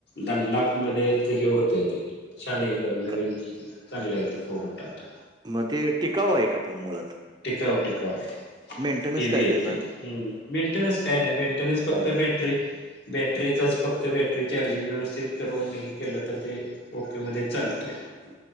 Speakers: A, on the left; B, on the right.
A: दंडलाप मध्ये हे होतय ते छान एकदम नवीन
B: क
A: चांगल्या य ते प्रॉडक्ट आता
B: म ते टिकाव एक आपण मुळात
A: टिककाऊ टिकाऊ आहे
B: मेंटेनन्स
A: हे व
B: काय
A: येते
B: त्याचा?
A: हम् मेंटेनन्स काय नाही मेंटेनन्स फक्त
B: काय नाही?
A: बॅटरी बॅटरीचाच फक्त बॅटरी चार्जिंग व्यवस्थित करोन नाही केलं तर ते ओकेमध्ये चालतं आहे